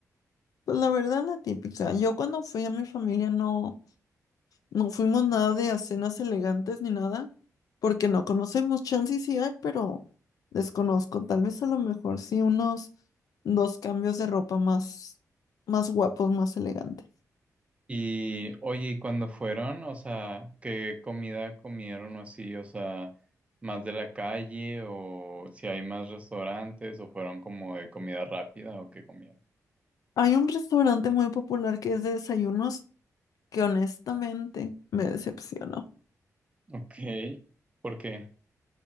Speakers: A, on the left; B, on the right.
A: Pues la verdad, la típica. Yo cuando fui a mi familia no... No fuimos nada de a cenas elegantes ni nada, porque no conocemos. Chance y sí hay, pero desconozco. Tal vez a lo mejor sí unos dos cambios de ropa más, más guapos, más elegantes.
B: Y oye, ¿y cuándo fueron? O sea, ¿qué comida comieron o así? O sea, ¿más de la calle o si hay más restaurantes o fueron como de comida rápida o qué comieron?
A: Hay un restaurante muy popular que es de desayunos que honestamente me decepcionó,
B: <laughs> Ok, ¿por qué?